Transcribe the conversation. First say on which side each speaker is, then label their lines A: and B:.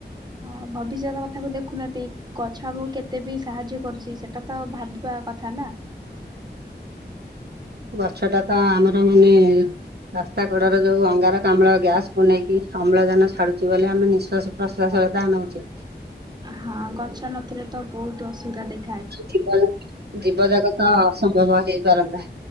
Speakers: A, on the right (about 25°); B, on the right (about 65°).
A: ହଁ ଭବିଷ୍ୟତ କଥାକୁ ଦେଖୁନାହାନ୍ତି, ଗଛ ଆମକୁ କେତେ ବି ସାହାଯ୍ୟ କରୁଛି ସେଟା ତ ଭାବିବା କ ଥା ନା।
B: ଗଛଟା ତ ଆମର ମାନେ ରାସ୍ତା କଡରେ ଯୋଉ ଅଙ୍ଗାରକାମ୍ଳ ଗ୍ୟାସକୁୁ ନେଇକି, ଅମ୍ଳଜାନ ଛାଡୁଛି ବୋଲି ଆମେ ନିଶ୍ଵାସ ପ୍ରଶ୍ୱାସ <unintelligible> ନଉଚେ।
A: ହଁ ଗଛ ନଥିଲେ ତ ବହୁତ ଅସୁବିଧା ଦେ
B: ଜୀବଜନ୍ତୁ ଜୀବଜଗତ ଅସମ୍ଭବ ହେଇପାରନ୍ତା।